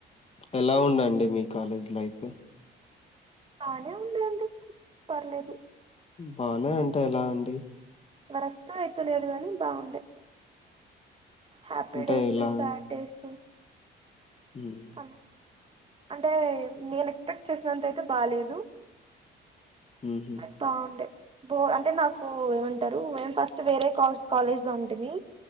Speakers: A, on the left (about 35°); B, on the right (about 30°).
A: ఎలా ఉందండి మీ కాలేజ్ లైఫ్ ఓ
B: బానే ఉంది అండి పర్లేదు
A: బానే అంటే ఎలా అండి
B: మరి అస్సలు అయితే లేదు గాని బాగుండే హ్యాపీ
A: అంటే
B: డేసు
A: ఎలా
B: సేడ్
A: అండి?
B: డేస్
A: హ్మ్
B: అలా అంటే నేను ఎక్స్పెక్ట్ చేసినంత అయితే బాలేేదు
A: హుహు.
B: అ బాగుండే బో అంటే నాకు ఏమంటారు మేము ఫస్ట్ వేరే కా కాలేజ్ లో ఉంటిని